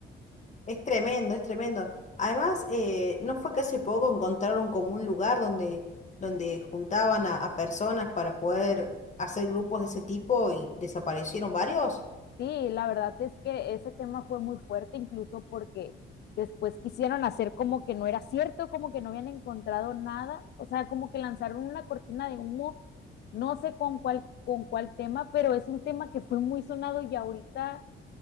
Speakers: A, on the left (about 35°); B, on the left (about 55°).
A: Es tremendo, es tremendo. Además, eh, ¿no fue que hace poco encontraron como un lugar donde, donde juntaban a, a personas para poder hacer grupos de ese tipo y desaparecieron varios?
B: Sí, la verdad es que ese tema fue muy fuerte, incluso porque después quisieron hacer como que no era cierto, como que no habían encontrado nada, o sea, como que lanzaron una cortina de humo, no sé con cuál, con cuál tema, pero es un tema que fue muy sonado y ahorita